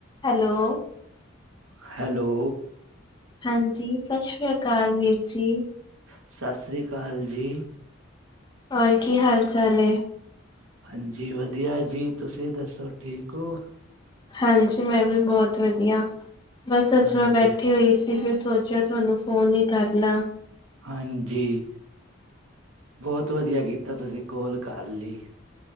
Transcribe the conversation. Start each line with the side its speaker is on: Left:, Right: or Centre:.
Left: Hello.
Right: Hello.
Left: ਹਾਂਜੀ, ਸਤਿ ਸ੍ਰੀ ਅਕਾਲ ਵੀਰ ਜੀ।
Right: ਸਤੀ ਸ਼੍ਰੀ ਅਕਾਲ ਜੀ।
Left: ਹੋਰ ਕੀ ਹਾਲ-ਚਾਲ ਏ?
Right: ਹਾਂਜੀ ਵਧੀਆ ਜੀ, ਤੁਸੀਂ ਦੱਸੋ ਠੀਕ ਹੋ?
Left: ਹਾਂਜੀ, ਮੈਂ ਵੀ ਬਹੁਤ ਵਧੀਆ‌। ਬਸ ਅੱਜ
Right: ਹਾਂਜੀ
Left: ਮੈਂ ਬੈਠੀ ਹੋਈ ਸੀ। ਫਿਰ ਸੋਚਿਆ ਤੁਹਾਨੂੰ ਫੋਨ ਹੀ ਕਰ ਲਾ।
Right: ਹਾਂਜੀ, ਬਹੁਤ ਵਧੀਆ ਕੀਤਾ ਤੁਸੀਂ ਕੋਲ ਕਰ ਲੀ।